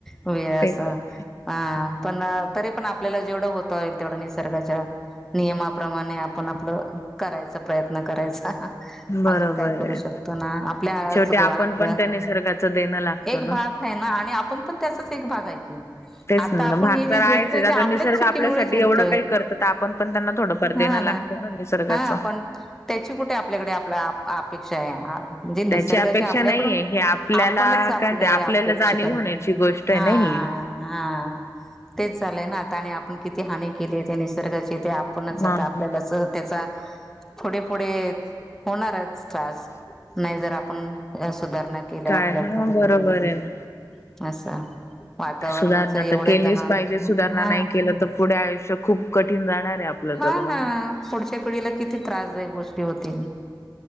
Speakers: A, in the centre; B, on the left.
A: वेळ
B: ते
A: असं
B: पण
A: आं पण तरी पण आपल्याला जेवढं होत होईल तेवढं निसर्ग नियमाप्रमाणे आपण आपलं करायचा प्रयत्न करायचा
B: बरोबर
A: अजून काय करू
B: आहे.
A: शकतो ना आपल्या
B: शेवटी
A: सगळ
B: आपण
A: आपल्या
B: पण त्या निसर्गाचं देणं लागतो
A: एक
B: ना.
A: भाग ह ना आणि आपण पण त्याचाच एक भाग आहे की
B: तेच
A: आता
B: ना
A: आपण
B: भाग
A: हे जे
B: तर
A: झेलतोय
B: आहेच आता
A: ते आपल्याच
B: निसर्ग
A: चुकीमुळे
B: आपल्यासाठी
A: झेलतोय
B: एवढं काही करतं तर आपण पण त्यांना थोडंफार
A: हा
B: देणं
A: ना
B: लागतं निसर्गाचं.
A: हा पण त्याची कुठे आपल्याकडे आपल्या अपेक्षा हां म्हणजे निसर्गाचे
B: त्याची अपेक्षा
A: आपल्याकडूना
B: नाहीये हे आपल्याला
A: आपणच आपले
B: काय ते आपल्याला
A: अपेक्षा
B: जाणीव
A: कर
B: होण्याची गोष्ट आहे
A: हां
B: ना ही.
A: ह हा तेच झालंय ना आणि आपण किती हानी केले ते निसर्गाचे ते आपणच
B: मग
A: आता आपल्याला सह त्याचा पुढे पुढे होणारच त्रास नाही जर आपण सुधारणा केल्या
B: काय
A: आपल्या
B: हा
A: पर्यंत
B: बरोबर
A: पोचायल
B: आहे ना.
A: असं वातावरणाच
B: सुधारणा
A: एवढे
B: तर केलीच
A: दहा
B: पाहिजे सुधारणा
A: हां
B: नाही केलं तर पुढे आयुष्य खूप कठीण जाणार आहे आपलं
A: हा
B: जगणं.
A: ना
B: मग.
A: पुढच्या पिढीला किती त्रासदायक गोष्टी होतील